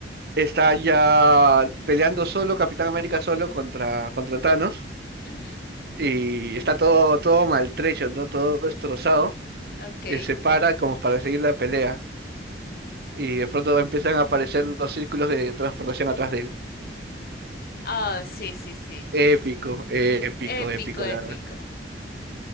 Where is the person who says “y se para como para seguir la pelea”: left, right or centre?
Right